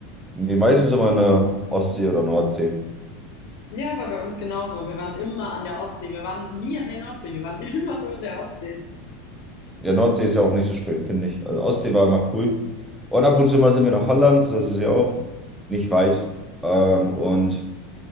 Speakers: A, in the centre; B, on the left (about 55°).
A: Nee, meistens immer in der Ostsee oder Nordsee.
B: Ja, war bei uns genauso. Wir waren immer an der Ostsee. Wir waren nie an der Nordsee. Wir waren <laughs> immer nur an der Ostsee.
A: Ja, Nordsee ist ja auch nicht so schön, finde ich. Also Ostsee war immer cool. Und ab und zu mal sind wir nach Holland, das ist ja auch nicht weit. Ähm, und